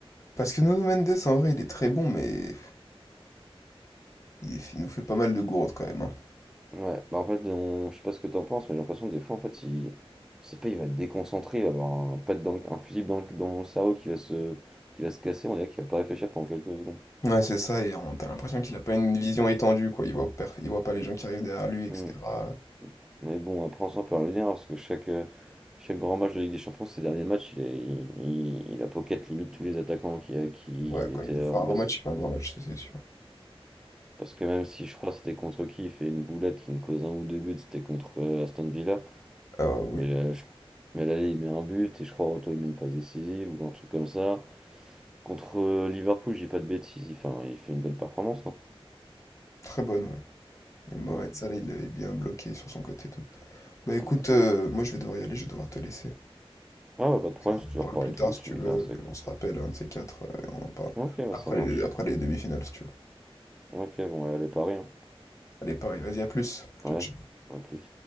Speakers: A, on the left (about 30°); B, in the centre.
A: Parce que Nuno Mendes, en vrai, il est très bon, mais il, est- il nous fait pas mal de gourdes quand même. hein.
B: Ouais, bah en fait, on- je sais pas ce que t'en penses, mais j'ai l'impression que des fois, en fait, il... je sais pas, il va être déconcentré, il va avoir un pet dans le- un fusible dans le... dans le cerveau qui va se... qui va se casser, on dirait qu'il va pas réfléchir pendant quelques secondes.
A: Ouais, c'est ça, et on- t'as l'impression qu'il a pas une vision étendue, quoi. Il voit, per- il voit pas les gens qui arrivent derrière lui, etc.
B: Hmm. Mais bon, après, on s'en peut rien dire, parce que chaque, euh, chaque grand match de Ligue des Champions, ces derniers matchs, il, est- il... il a pocket limite tous les attaquants qui, qui
A: Ouais, quand
B: étaient
A: il veut faire
B: en
A: un
B: face.
A: gros match, il fait un gros match, ça c'est sûr.
B: Parce que même si je crois que c'était contre qui, il fait une boulette qui nous cause un ou deux buts, c'était contre euh, Aston Villa.
A: Ah oui,
B: Mais, euh, je- mais là, il met un but, et je crois Roto, il met une passe décisive, ou un truc comme ça. Contre euh, Liverpool, j'ai pas de bêtises, il fait, un- il fait une bonne performance, non?
A: très bonne, ouais. Et Mohamed
B: Ouais,
A: Salah, il l'avait bien bloqué sur son côté et tout. Bah écoute,
B: Ah ouais.
A: euh, moi je vais devoir y aller, je vais devoir te laisser.
B: Ah bah, pas de problème,
A: On en
B: si tu veux
A: parle
B: reparler
A: plus
B: de
A: tard
B: foot,
A: si
B: tu
A: tu
B: me
A: veux,
B: diras, c'est quand.
A: on se rappelle un de ces quatre euh, et on en parle.
B: Ok, bah
A: Après
B: ça marche.
A: les, après les demi-finales si tu veux.
B: Ok, bon, bah, allez, Paris, hein.
A: Allez, pareil, vas-y, à plus.
B: Ouais,
A: Ciao, ciao.
B: ouais, à plus.